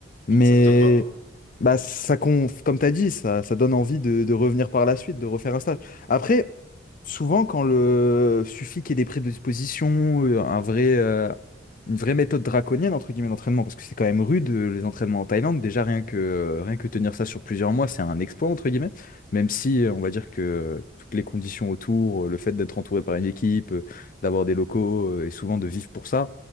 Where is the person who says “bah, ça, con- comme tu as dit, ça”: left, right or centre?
Left